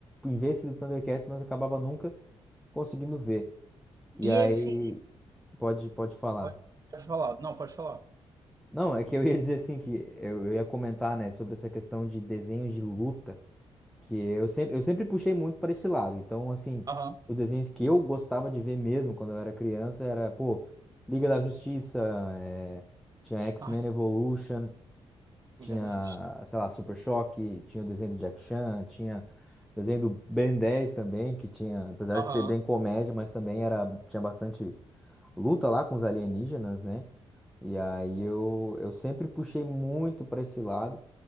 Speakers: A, in the centre; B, on the right.
A: em ver esse do Thundercats, mas eu acabava nunca conseguindo ver. E
B: E
A: aí,
B: esse
A: pode, pode falar.
B: pode, pode falar. Não, pode falar.
A: Não, é que eu ia dizer assim, que eu, eu ia comentar, né, sobre essa questão de desenho de luta que eu sempre, eu sempre puxei muito para esse lado. Então, assim,
B: Aham.
A: os desenhos que eu gostava de ver mesmo quando eu era criança era, pô, Liga da Justiça, eh, tinha X-Men
B: ah
A: Evolution, tinha,
B: Liga da Justiça.
A: sei lá, Super Choque, tinha o desenho do Jack Chan, tinha o desenho do Ben 10 também, que tinha, apesar
B: Aham.
A: de ser bem comédia, mas também era, tinha bastante luta lá com os alienígenas, né? E aí eu, eu sempre puxei muito para esse lado.